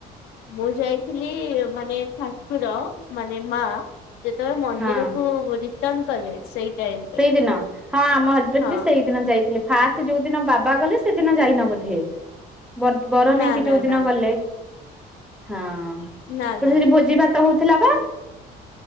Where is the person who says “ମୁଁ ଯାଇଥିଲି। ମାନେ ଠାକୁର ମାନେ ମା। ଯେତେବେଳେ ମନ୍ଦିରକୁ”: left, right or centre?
Left